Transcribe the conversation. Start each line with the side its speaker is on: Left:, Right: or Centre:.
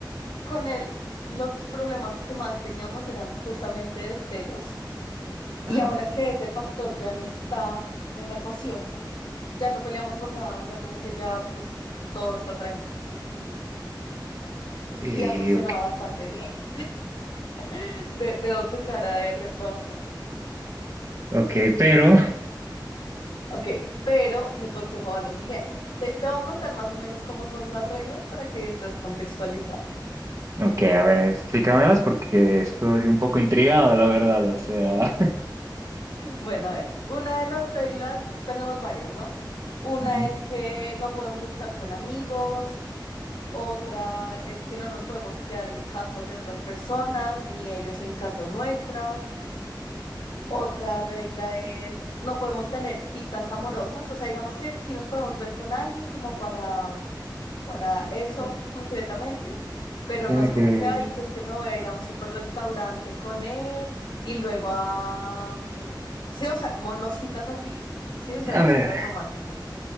Left: con él los problemas que más teníamos eran justamente de celos Y
Right: Ajá.
Left: ahora que ese factor ya no está en la ecuación, ya no peleamos por nada, o sea, como que ya pues todo está tranquilo. ¿m?
Right: Y,
Left: Y ha funcionado
Right: ok,
Left: bastante bien. <laughs> Ve- veo tu cara de reprobación.
Right: ok, pero.
Left: Ok, pero mi consejo va a lo siguiente. Te, te voy a contar más o menos cómo son las reglas para que estés contextualizado.
Right: Ok, a ver, explícamelas porque estoy un poco intrigado, la verdad, o sea.
Left: Bueno, a ver, una de las reglas, tenemos varias, ¿no? Una
Right: <laughs> Ujú, o
Left: es que no podemos estar con amigos, Otra es que no nos podemos quedar en casas de otras personas, ni ellos en casas nuestras. Otra regla es no podemos tener citas amorosas, o sea, digamos que sí nos podemos ver con alguien como para, mm, para eso
Right: sea,
Left: concretamente, pero
Right: tiene
Left: no es como
Right: que...
Left: que, ay, que es que me voy a ir a un super restaurante con él y luego a... mm, Sí, o sea, como no citas así, sí, o sea,
Right: A
Left: no
Right: ver.
Left: citas románticas.